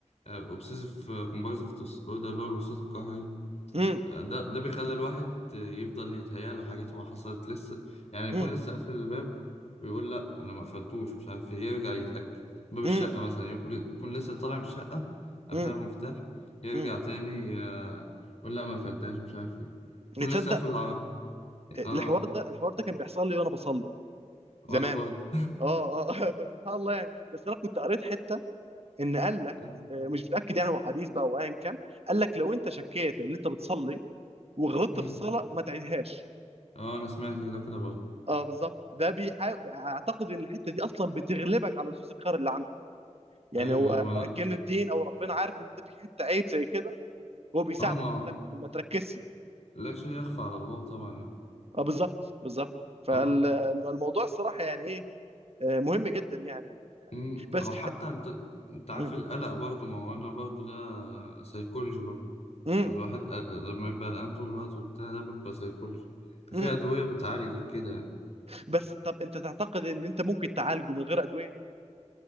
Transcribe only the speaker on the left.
اوبسيسيف كومبالسيف ديس اوردر اللي هو الوسواس القهري
ده ده بيخلي الواحد يفضل يتهيأ له حاجات هو حصلت لسه يعني يكون
لسه قافل الباب ويقول لا انا ما قفلتوش مش عارف إيه، يرجع يتأكد باب الشقة
مثلا يكون يكون لسه طالع من الشقة قافلها
المفتاح يرجع
تاني آه، يقول لا ما قفلتهاش مش عارف ايه يكون
لسه قافل الع...
اه
وانا برضه
<laughs> اه
أمم.
آه، انا سمعت ده كده برضه
ايوه
ايوه ما لا
اه ما
لا شيء يخفى على الله طبعا
اه
امم
او حتى انت انت عارف
القلق برضه ما هو انا برضه ده سيكولوجي برضه
الواحد قلق- لما يبقى قلقان طول الوقت وبتاع ده بيبقى سيكولوجي في
أدوية بتعالج كده